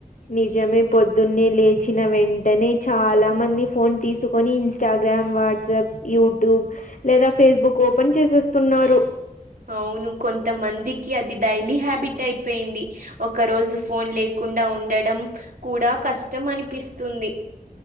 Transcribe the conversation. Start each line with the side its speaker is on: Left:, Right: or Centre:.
Left: నిజమే పొద్దున్నే లేచిన వెంటనే చాలా మంది ఫోన్ తీసుకొని ఇ ఇన్స్టాగ్రామ్ వాట్సాప్ యూట్యూబ్ లేదా ఫేస్బుక్ ఓపెన్ చేసేస్తున్నారు
Right: అవును కొంతమందికి అది డైలీ హ్యాబిట్ అయిపేయింది ఒక రోజు ఫోన్ లేకుండా ఉండడం కూడా కష్టం అనిపిస్తుంది